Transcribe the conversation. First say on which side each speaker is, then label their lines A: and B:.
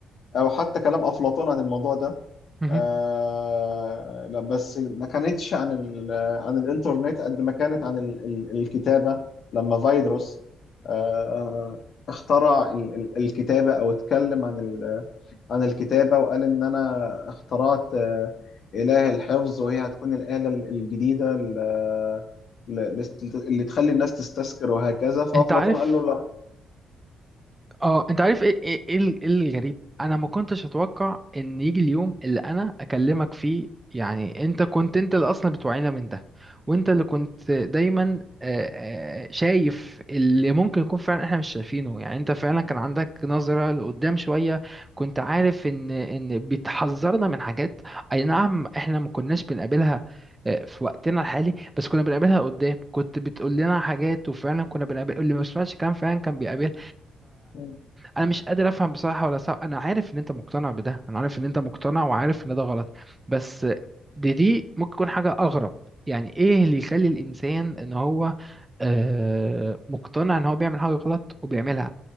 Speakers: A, on the left (about 60°); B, on the right (about 15°).
A: او حتى كلام أفلاطون عن الموضوع ده
B: مهم.
A: آه لا بس ما كانتش عن ال عن الانترنت قد ما كانت عن ال ال الكتابة لما فيدروس آه اخترع ال ال الكتابة او اتكلم عن ال عن الكتابة وقال ان انا اخترعت آه إله الحفظ وهي هتكون الآلة ال- الجديدة ال- ل- اللي تخلي الناس تستذكر وهكذا فأفلاطون
B: انت عارف
A: قال له
B: اه انت عارف ايه ايه ايه ال- إيه الغريب انا ما كنتش اتوقع ان يجي اليوم اللي انا اكلمك فيه يعني انت كنت انت اللي اصلا بتوعينا من ده وانت اللي كنت دايما آه، آه، شايف اللي ممكن يكون فعلا احنا مش شايفينه يعني انت فعلا كان عندك نظرة لقدام شوية كنت عارف ان ان بتحذرنا من حاجات اي نعم احنا ما كناش بنقابلها آه، في وقتنا الحالي بس كنا بنقابلها قدام كنت بتقول لنا حاجات وفعلا كنا بنقابل اللي ما سمعش كلام فعلا كان بيقابل
A: لا
B: انا مش قادر افهم بصراحه ولا صح انا عارف ان انت مقتنع بده انا عارف ان انت مقتنع وعارف ان ده غلط بس دي دي ممكن تكون حاجه اغرب يعني ايه اللي يخلي الانسان ان هو آه مقتنع ان هو بيعمل حاجه غلط وبيعملها